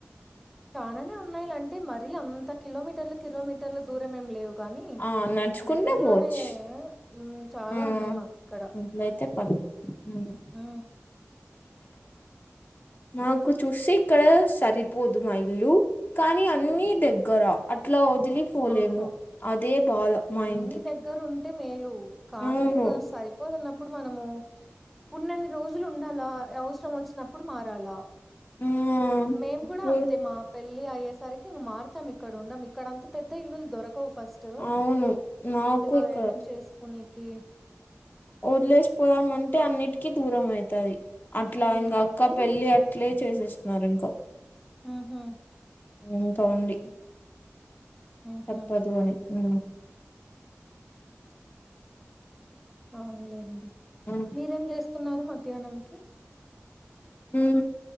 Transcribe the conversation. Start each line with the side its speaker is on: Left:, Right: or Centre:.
Centre: చాలానే ఉన్నాయిలా అంటే మరీ అంత కిలోమీటర్లు కిలోమీటర్ల దూరం ఏమి లేవు కానీ
Left: ఆ నడుచుకుంటే
Centre: దగ్గరలోనే
Left: పోవచ్చు
Centre: ఉ చాలా
Left: ఆ
Centre: ఉన్నాయి మాకు ఇక్కడ
Left: అట్లయితే పర్లే ఉమ్
Centre: హు
Left: మాకు చూస్తే ఇక్కడ సరిపోదు మా ఇల్లు కానీ అన్నీ దగ్గరా అట్లా వదిలిపోలేము
Centre: ఆహా!
Left: అదే బాధ మా
Centre: అన్ని
Left: ఇంటికి
Centre: దగ్గర ఉంటే మేలు కానీ
Left: అవును
Centre: ఇంగా సరిపోదన్న ఇప్పుడు మనము ఉన్నన్ని రోజులు ఉండాలా అవసరం వచ్చినప్పుడు మారాలా
Left: ఉమ్
Centre: మేము కూడా అంతే మా పెళ్లి అయ్యేసరికి మారుతాం ఇక్కడ ఉండం ఇక్కడంతా పెద్ద ఇల్లులు దొరకవు ఫస్ట్
Left: అవును మాకు
Centre: నీట్ గా
Left: ఇక్కడ
Centre: ఏదైనా చేసుకోనికి
Left: వదిలేసిపోదాం అంటే అన్నిటికీ దూరం అయితది అట్లా
Centre: హ్మ్
Left: ఇంగ
Centre: తప్పదు.
Left: అక్క పెళ్ళి ప్లే చేసేస్తున్నారు ఇంక
Centre: ఉహు
Left: ఇంకా ఉంది
Centre: హుహు.
Left: తప్పదు అని ఉ
Centre: అవునులేండి
Left: ఆ
Centre: మీరేం చేస్తున్నారు మధ్యాహ్నంకి
Left: ఉ